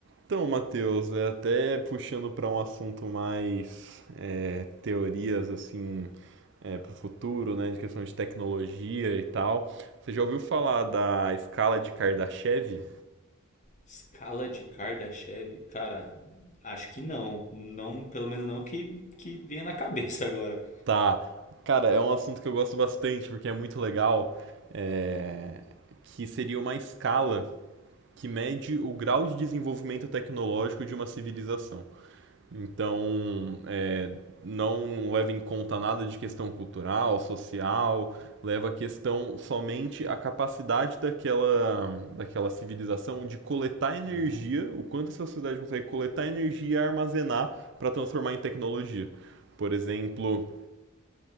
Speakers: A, on the right; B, on the left.
A: Então, Matheus, é até puxando para um assunto mais é, teorias assim para o futuro, né, de questão de tecnologia e tal. Você já ouviu falar da escala de Kardashev?
B: Escala de Kardashev? Cara, acho que não. Não, pelo menos não que, que venha na cabeça agora.
A: Tá. Cara, é um assunto que eu gosto bastante porque é muito legal. é, que seria uma escala que mede o grau de desenvolvimento tecnológico de uma civilização. Então, é, não leva em conta nada de questão cultural, social, leva a questão somente a capacidade daquela, daquela civilização de coletar energia,
B: Ah,
A: o quanto essa sociedade consegue coletar energia e armazenar para transformar em tecnologia. Por exemplo,